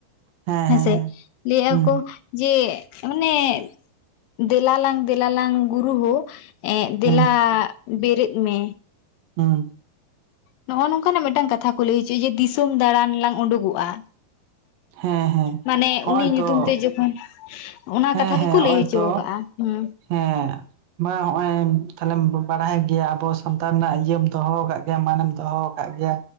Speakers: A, on the right; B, on the left.
A: ᱦᱮᱸ
B: ᱦᱮᱸᱥᱮ,
A: ᱦᱮᱸ ᱦᱮᱸ,
B: ᱞᱟᱹᱭᱮᱫᱼᱟ
A: ᱦᱩᱸ
B: ᱠᱚ ᱡᱮ, ᱚᱱᱮ ᱫᱮᱞᱟᱞᱟᱝ ᱫᱮᱞᱟᱞᱟᱝ ᱜᱩᱨᱩ ᱦᱳ ᱮᱸᱜ ᱫᱮᱞᱟ
A: ᱦᱩᱸ
B: ᱵᱮᱨᱮᱫ ᱢᱮ
A: ᱦᱚᱸ ᱾
B: ᱱᱚᱜᱼᱚ ᱱᱚᱝᱠᱟᱱᱟᱜ ᱢᱤᱫᱴᱟᱝ ᱠᱟᱛᱷᱟ ᱠᱚ ᱞᱟᱹᱭ ᱦᱚᱪᱚᱭᱟ ᱡᱮ, ᱫᱤᱥᱚᱢ ᱫᱟᱬᱟᱱ ᱞᱟᱝ ᱩᱰᱩᱠᱚᱜᱼᱟ ᱾
A: ᱦᱮᱸ ᱦᱮᱸ
B: ᱢᱟᱱᱮ
A: ᱦᱚᱜᱼᱚᱭ
B: ᱩᱱᱤ ᱧᱩᱛᱩᱢ
A: ᱛᱚ
B: ᱛᱮ ᱡᱚᱠᱷᱚᱱ ᱚᱱᱟ
A: ᱦᱮᱸ
B: ᱠᱟᱛᱷᱟ
A: ᱦᱮᱸ
B: ᱜᱮᱠᱚ
A: ᱦᱚᱜᱼᱚᱭ
B: ᱞᱟᱹᱭ ᱦᱚᱪᱚ
A: ᱛᱚ
B: ᱟᱠᱟᱜᱼᱟ, ᱦᱩᱸ᱾
A: ᱦᱮᱸ, ᱵᱟᱦ ᱦᱚᱜᱼᱚᱭ ᱛᱟᱦᱞᱮᱢ ᱵᱟᱲᱟᱭ ᱜᱮᱭᱟ ᱟᱵᱚ ᱥᱟᱱᱛᱟᱱ ᱨᱮᱱᱟᱜ ᱤᱭᱟᱹᱢ ᱫᱚᱦᱚ ᱟᱠᱟᱜ ᱜᱮᱭᱟ ᱢᱟᱱᱮᱢ ᱫᱚᱦᱚ ᱟᱠᱟᱜ ᱜᱮᱭᱟ᱾